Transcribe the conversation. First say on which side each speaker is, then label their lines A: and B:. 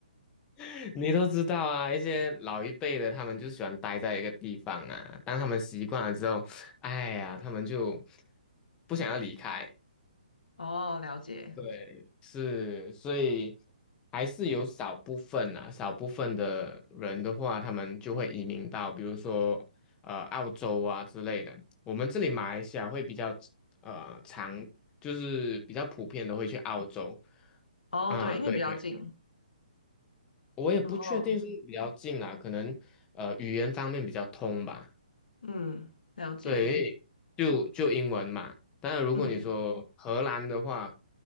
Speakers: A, on the left; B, on the left.
A: <laughs> 你都知道啊，一些老一辈的他们就喜欢待在一个地方啊，当他们习惯了之后，哎呀，他们就不想要离开，
B: 哦，了解。
A: 对，是，所以还是有少部分啊，少部分的人的话，他们就会移民到，比如说呃澳洲啊之类的。我们这里马来西亚会比较呃常，就是比较普遍的会去澳洲
B: 哦，
A: 啊，
B: 对，因为比较近。
A: 对对，我也不确定是比较近啊，
B: 哦，
A: 可能呃语言方面比较通吧。
B: 嗯，了解。
A: 对，因为就就英文嘛。当然，如果你说荷兰的话，
B: 嗯